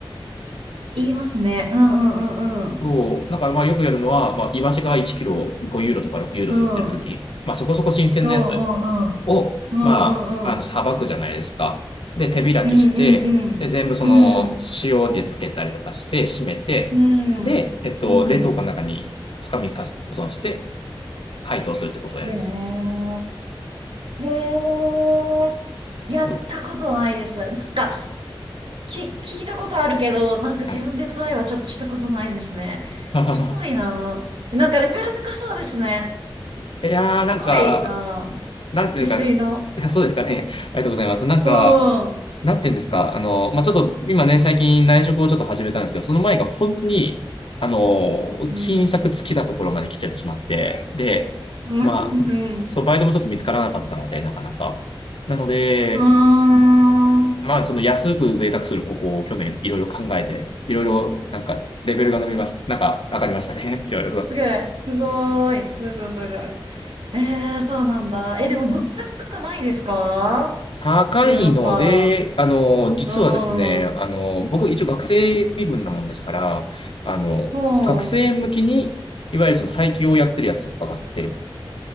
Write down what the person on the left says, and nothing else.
そう、なんかまあよくやるのは、まあ、イワシが1キロ5ユーロとか6ユーロで売ってるとき、
まあそこそこ新鮮なやつ
を、
まあ、あの、さばくじゃないですか。で、手開きして、
で、全部その、
塩でつけたりとかして、締めて、
で、
えっと、
冷凍庫の中に2日3日保存して、解凍するってことをやります。
うん
はい。<laughs>
いやー、なんか、
なんていうか、
いやそうですかね。<laughs> ありがとうございます。なんか、
なんて言うんですか、あの、まあ、ちょっと今ね、最近内職をちょっと始めたんですけど、その前が本当に、あの、
金策尽きたところまで来ちゃってしまって、で、
まあ、
そう、バイトもちょっと見つからなかったので、なかなか。なので、
うんまあ、その安く贅沢する方法を去年いろいろ考えて、いろいろなんかレベルが伸びました。なんか上がりましたね。<laughs> いろいろと。
高いので、
あの、実はですね、
あの、僕一応学生身分なもんですから、あの、
学生向きに、
いわゆるその配給をやってるやつとかがあって、